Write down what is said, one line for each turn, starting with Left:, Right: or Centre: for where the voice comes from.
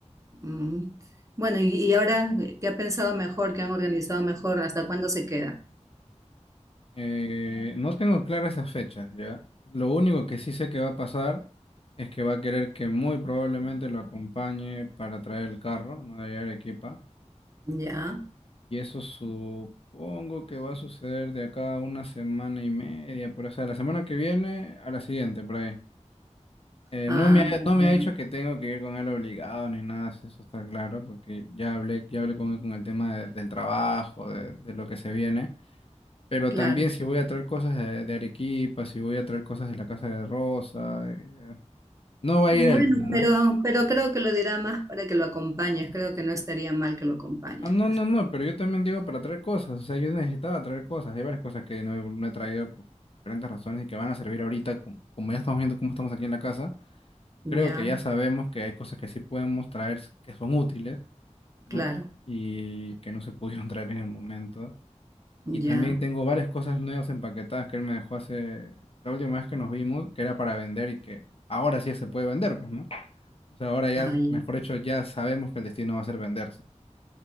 Right: mm. Bueno, y, y ahora, ¿qué ha pensado mejor? ¿Qué han organizado mejor? ¿Hasta cuándo se queda?
Left: Eh, no tengo claras esas fechas, ¿ya? Lo único que sí sé que va a pasar es que va a querer que muy probablemente lo acompañe para traer el carro, ¿no? De allá a Arequipa.
Right: Ya.
Left: Y eso supongo que va a suceder de acá a una semana y media, por ahí. O sea, la semana que viene a la siguiente, por ahí. Eh,
Right: Ah,
Left: no me ha, no me
Right: ya,
Left: ha dicho que tengo que ir con él obligado ni nada, si eso está claro, porque ya hablé, ya hablé con él con el tema de- del trabajo, de, de lo que se viene. Pero
Right: claro.
Left: también si voy a traer cosas de, de Arequipa, si voy a traer cosas de la casa de Rosa, eh, no va a
Right: Bueno,
Left: ir él, pues, ¿no?
Right: pero, pero creo que lo dirá más para que lo acompañes, creo que no estaría mal que lo acompañes,
Left: Ah, no,
Right: pues.
Left: no, no, pero yo también digo para traer cosas, o sea, yo necesitaba traer cosas, hay varias cosas que no he, no he traído por diferentes razones y que van a servir ahorita, como, como ya estamos viendo cómo estamos aquí en la casa,
Right: Ya,
Left: creo que ya sabemos que hay cosas que sí podemos traer que son útiles ¿no?
Right: claro,
Left: Y que no se pudieron <laughs> traer en el momento.
Right: ya.
Left: Y también tengo varias cosas nuevas empaquetadas que él me dejó hace la última vez que nos vimos, que era para vender y que ahora sí se puede vender, pues, ¿no? O sea, ahora ya,
Right: Ah, ya.
Left: mejor dicho, ya sabemos que el destino va a ser venderse.